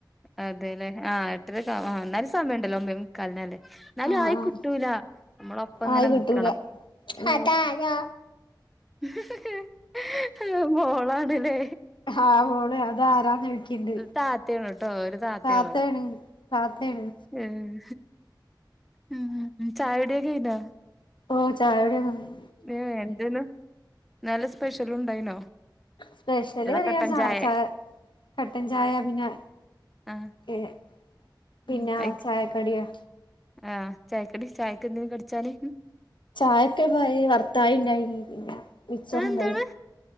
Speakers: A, in the centre; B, on the left.
A: അതെല്ലേ ആഹ് എട്ടര ആഹ് എന്നാലും സമയം ഇണ്ടല്ലോ ഒമ്പതേ മുക്കാലിനല്ലേ എന്നാലും
B: ആഹ്
A: ആയിക്കിട്ടൂല
B: ആഹ്
A: നമ്മളൊപ്പം ഇങ്ങനെ
B: ആയി കിട്ടൂല
A: നിക്കണം
B: അതാരാ
A: <unintelligible> മോളാണല്ലേ
B: ആഹ് മോളെ അതാരാന്ന് ചോയിക്ക്ണ്ട്
A: താത്തയാണു ട്ടോ ഒരു താത്തികള്
B: താത്തേണ് താത്തേണ്
A: ഏഹ് ഉം ചായകുടി ഒക്കെ കഴിഞ്ഞോ
B: ഓ ചായ കുടിയൊക്കെ കഴിഞ്ഞു
A: ഏഹ് എന്തേന്ന് നല്ല സ്പെഷ്യൽ ഉണ്ടായിനോ
B: സ്പെഷ്യല്
A: ഏതാ
B: <unintelligible>
A: കട്ടൻ ചായെ
B: കട്ടൻ ചായ പിന്നെ
A: ആഹ്
B: ഏഹ് പിന്നെ
A: ഉം അയ്ക്ക്
B: ചായക്കടിയാ
A: ആഹ് ചായക്കടി ചായക്ക് എന്തേലും കടിച്ചാല്
B: ചായക്ക് <unintelligible> പിന്നെ മിച്ചർ
A: അതെന്താണ്
B: ഇണ്ടായി